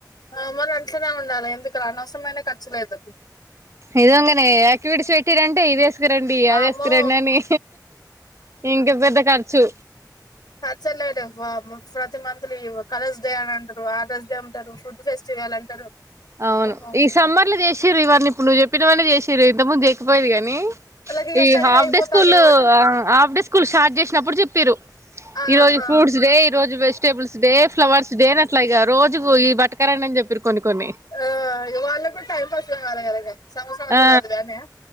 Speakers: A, on the left (about 70°); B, on the right (about 40°).
A: ఆ మరి అట్లానే ఉండాలి ఎందుకు రా అనవరమైన ఖర్చు లేదు
B: ఇదింగనే ఆయాక్టివిటీస్ పెట్టింరు అంటే ఇదేసు తీసుకురండి
A: వామ్మో
B: అదిఏసుకురండి అని ఇంక పెద్ద ఖర్చు
A: అచ్చలేదే బబ్ ప్రతి మంత్లు ఇయ్యు కలర్స్ డే అని అంటారు ఆర్దర్స్ డే అంటారు ఫుడ్ ఫెస్టివల్ అంటారు
B: అవును
A: అమ్మో
B: ఈ సమ్మర్ లో చేసిర్రు ఇవి అన్ని ఇప్పుడు నువ్వు చెప్పిన వాన్ని చేసిర్రు ఇంత ముందు చేయకపోయేది గాని
A: వాళ్ళకి ఇక
B: ఈ
A: స్టడీ
B: హాఫ్
A: అయిపోతాంది
B: డే స్కూల్ లు
A: కాబట్టి
B: హాఫ్ డే స్కూల్ స్టార్ట్ చేసినప్పుడు చెప్పిరు
A: ఆహా
B: ఈ రోజు ఫ్రూట్స్ డే ఈ రోజు vegetables day flowers day ర్ అట్లా ఇక రోజుకు ఈ బట్టు కా రండి అని చెప్పిరు కొన్ని కొన్ని
A: ఆ ఇగ వాళ్ళకు టైమ్ పాస్ కావాలి కదా ఇగ సంవత్సరం అంతా
B: ఆ
A: చదివి అని ఆ